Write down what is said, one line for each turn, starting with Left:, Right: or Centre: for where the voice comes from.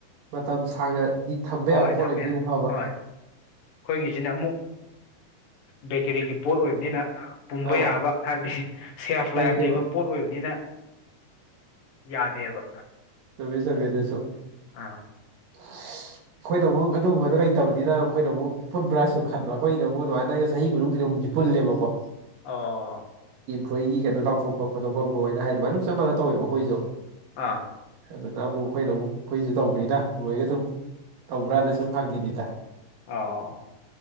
Right: ꯃꯇꯝ ꯁꯥꯡꯅꯗꯤ ꯊꯝꯕ
Left: ꯍꯣꯏ
Right: ꯌꯥꯕ ꯄꯣꯠ
Left: ꯊꯝꯃꯦ
Right: ꯑꯣꯏꯗꯤ ꯑꯃꯨꯛ ꯐꯕ
Left: ꯍꯣꯏ ꯑꯩꯈꯣꯏꯒꯤꯁꯤꯅ ꯑꯃꯨꯛ ꯕꯦꯀꯔꯤꯒꯤ ꯄꯣꯠ ꯑꯣꯏꯕꯅꯤꯅ ꯄꯨꯝꯕ
Right: ꯑꯥ
Left: ꯌꯥꯕ ꯍꯥꯏꯕꯗꯤ ꯁꯦꯜꯐ
Right: ꯂꯩꯇꯦꯕ
Left: ꯂꯥꯏꯐ ꯂꯩꯕ ꯄꯣꯠ ꯑꯣꯏꯕꯅꯤꯅ ꯌꯥꯗꯦꯕ
Right: ꯆꯕꯤꯁꯕꯤ ꯑꯗꯨꯁꯨꯣ
Left: ꯑꯥ
Right: ꯑ ꯑꯩꯈꯣꯏꯅ ꯑꯃꯨꯛ ꯑꯗꯨꯒꯨꯝꯕꯗꯣ ꯂꯩꯇꯕꯅꯤꯅꯈꯣꯏꯅꯨꯛ ꯐꯨꯠ ꯕ꯭ꯔꯁꯁꯨ ꯈꯟꯕ ꯑꯩꯈꯣꯏꯅꯨꯛ ꯑꯗꯨꯃꯥꯏꯅ ꯆꯍꯤ ꯃꯅꯨꯡꯗ ꯄꯨꯜꯅꯦꯕꯀꯣ
Left: ꯑꯣ
Right: ꯇꯣꯣꯏꯒꯤ ꯀꯩꯅꯣ ꯂꯥꯎꯊꯣꯛꯄ ꯈꯣꯇꯄꯕ꯭ꯔꯣꯏꯅ ꯍꯥꯏ ꯑꯗꯨꯥꯏꯅꯞ ꯃꯅꯧꯋꯦꯕ ꯑꯩꯈꯣꯏꯁꯨ
Left: ꯑꯥ
Right: ꯑꯗꯨꯅ ꯑꯃꯨꯛ ꯑꯩꯈꯣꯏꯅ ꯑꯃꯨꯛ ꯑꯩꯈꯣꯏꯁꯨ ꯇꯧꯕꯅꯤꯅ ꯂꯣꯏꯒ ꯁꯨꯝ ꯇꯧꯕ꯭ꯔꯅ ꯁꯨꯝ ꯐꯪꯈꯤꯅꯤꯗ
Left: ꯑ